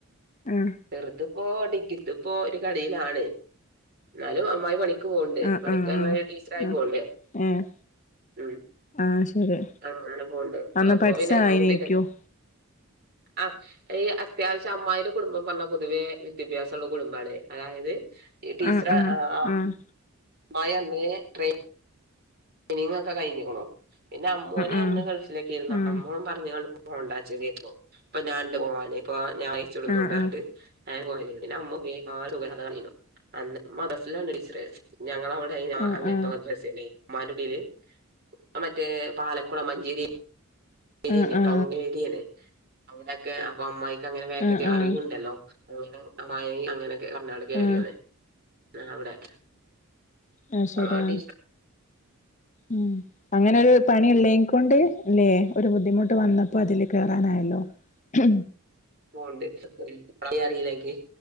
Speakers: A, on the left (about 35°); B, on the right (about 45°).
A: ആഹ്
B: ചെറുത് ഇപ്പോ ഡിഗ്രി ത് ഇപ്പോ ഒരു കടയിലാണ് എന്നാലും അമ്മായി പണിക് ക്ക് പോവിണ്ട്
A: ആഹ്
B: പണിക്ക്
A: ആഹ്
B: പറഞ്ഞാൽ
A: ആഹ്
B: ടീച്ചറ ആയി
A: ആഹ്
B: പോവേ <unintelligible>
A: ഏഹ്
B: ഉം
A: ആഹ് ശരി
B: ആഹ് അങ്ങനെ പോണ്ട്
A: അന്ന്
B: ആപ്പ
A: പഠിച്ചായിനേക്കും
B: പിന്നെ <unintelligible> ആഹ് ഈ അത്യാവശ്യം അമ്മായിയുടെ കുടുംബം. പറഞ്ഞ പൊതുവെ വിദ്യാഭ്യാസം ഉള്ള കുടുംബമാണ് അതായത് ടീച്ചർ
A: ആഹ് ആഹ്
B: ആ അ
A: ആഹ്
B: മായന്നെ ട്രേ നിങ്ങ് ഒക്കെ കഴിഞ്ഞിക്കണു പിന്നെ അമ്മവോൻ
A: ആഹ്
B: അന്ന് ഗൾഫിലക്കെയിരുന്നു
A: ആഹ്
B: അമ്മോൻ പറഞ്ഞ പോണ്ടച്ചതേരിക്കും ഇപ്പൊ ഞാ ഇണ്ട് ഓൻ ഇപ്പ ഞാൻ അയച്ചിടുന്നണ്ട്
A: ആഹ് ആഹ്
B: ണ്ട് <unintelligible> ഞങ്ങള അവിടെ ഞാ
A: ആഹ്
B: അങ്ങനത്തെ
A: ആഹ് ആഹ്
B: മദ്രസേണേ ഉമ്മാന്റെ ഉടീല് മറ്റേ പാലക്കുള മഞ്ചേരി
A: ആഹ്
B: ശരിയണ് ടൗണേരിയേണ് അങ്ങിടൊക്കെ അപ്പൊ അമ്മായിക്ക് അങ്ങനെ വേക്കൻസി
A: ആഹ് ആഹ് ആഹ്
B: അറിവു ഉണ്ടല്ലോ <unintelligible> അമ്മായി അങ്ങനൊക്കെ പറഞ്ഞാട് കേറിയന്നെ
A: ആഹ്
B: ആ അവിടെ
A: അത് ശെരി
B: ആ
A: ആഹ്
B: ടീ
A: ഉം അങ്ങനെ ഒരു പണി എള്ളെങ്കി കൊണ്ട് അല്ലേ ഒരു ബുദ്ധിമുട്ട് വന്നപ്പോ അതില് കേയറാനായല്ലോ ഉം
B: പോവണ്ട് <unintelligible> അറിയില്ലെങ്കി